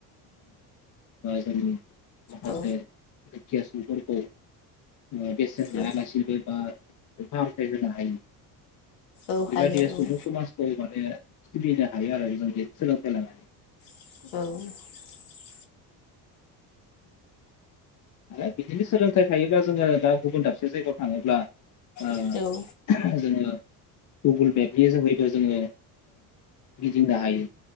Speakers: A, on the left; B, on the left.
A: <unintelligible> मासे
B: औ
A: <unintelligible> बेसेन
B: औ
A: लायालासिबो बा फाहामथाय होनो हायो
B: औ
A: बेबायदिया
B: हायो औ
A: सुबुं‌ समाजखौ माने सिबिनो हायो आरो जों सोलोंथाय लाया
B: <unintelligible>
A: आ बिदिनो थायोब्ला जोङो दा गुबुन दाबसे जायगायाव थाङोब्ला ओ
B: जों
A: जोङो गुगोल मेपनि जोहैबो जोङो गिदिंनो हायो